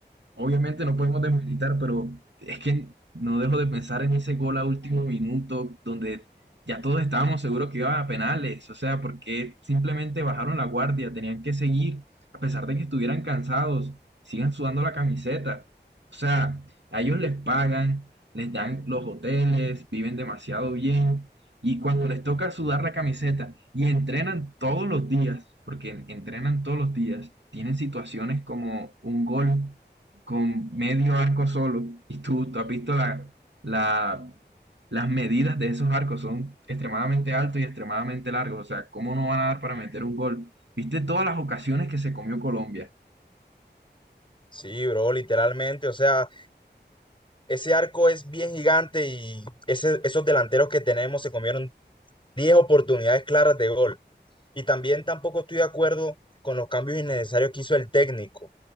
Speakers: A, on the right; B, on the left.
A: Obviamente no podemos desmilitar, pero es que no dejo de pensar en ese gol a último minuto donde ya todos estábamos seguros que iban a penales, o sea, porque simplemente bajaron la guardia, tenían que seguir, a pesar de que estuvieran cansados, sigan sudando la camiseta. O sea, a ellos les pagan, les dan los hoteles, viven demasiado bien, y cuando les toca sudar la camiseta y entrenan todos los días, porque entrenan todos los días, tienen situaciones como un gol con medio arco solo. Y tú, tú has visto la, la, las medidas de esos arcos, son extremadamente altos y extremadamente largos. O sea, ¿cómo no van a dar para meter un gol? ¿Viste todas las ocasiones que se comió Colombia?
B: Sí, bro, literalmente, o sea... Ese arco es bien gigante y ese- esos delanteros que tenemos se comieron 10 oportunidades claras de gol. Y también tampoco estoy de acuerdo con los cambios innecesarios que hizo el técnico. O